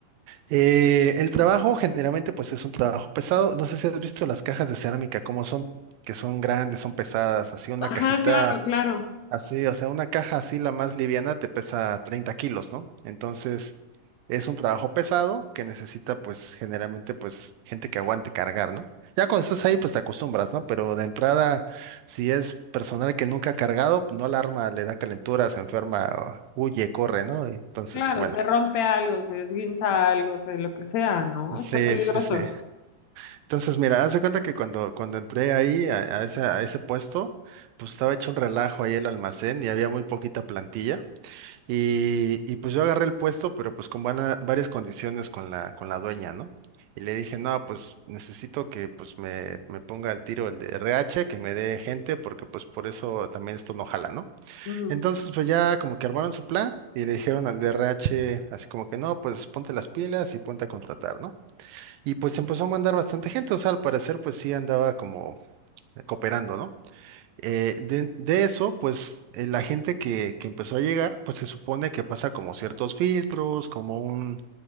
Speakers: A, on the right; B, on the left.
A: Eh, el trabajo generalmente pues es un trabajo pesado. No sé si has visto las cajas de cerámica, cómo son, que son grandes, son pesadas, así una
B: Ajá,
A: cajita.
B: claro, claro.
A: Así, o sea, una caja así, la más liviana, te pesa 30 kilos, ¿no? Entonces, es un trabajo pesado que necesita, pues, generalmente, pues, gente que aguante cargar, ¿no? Ya cuando estás ahí, pues, te acostumbras, ¿no? Pero de entrada, si es personal que nunca ha cargado, pues, no la arma, le da calentura, se enferma, o huye, corre, ¿no? Entonces,
B: Claro,
A: bueno.
B: se rompe algo, se esguinza algo, se lo que sea, ¿no?
A: Sí,
B: Está peligroso.
A: sí, sí. Entonces, mira, haz de cuenta que cuando, cuando entré ahí a, a ese, a ese puesto, pues estaba hecho un relajo ahí el almacén y había muy poquita plantilla. Y, y pues yo agarré el puesto, pero pues con vana- varias condiciones con la, con la dueña, ¿no? Y le dije, no, pues necesito que pues me, me ponga al tiro el de RH, que me dé gente, porque pues por eso también esto no jala, ¿no?
B: Ujú,
A: Entonces pues ya como que armaron su plan y le dijeron al de RH así como que no, pues ponte las pilas y ponte a contratar, ¿no? Y pues empezó a mandar bastante gente, o sea, al parecer pues sí andaba como cooperando, ¿no? Eh, de, de eso, pues eh, la gente que, que empezó a llegar, pues se supone que pasa como ciertos filtros, como un